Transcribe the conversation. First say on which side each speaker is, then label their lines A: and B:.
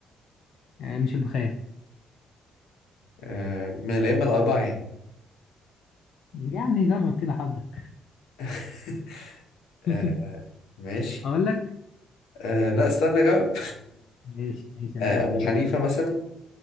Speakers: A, on the left (about 65°); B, on the left (about 85°).
A: آه، مش البخاري
B: آه من الأئمة الأربعة يعني
A: يعني جرب كده حظك
B: <laughs> آه
A: <laughs>
B: ماشي
A: أقول لك
B: آه لا استنى جاوب
A: ماشي ماشي
B: <laughs> آه
A: هدي لك
B: أبو
A: فرصتك
B: حنيفة مثلا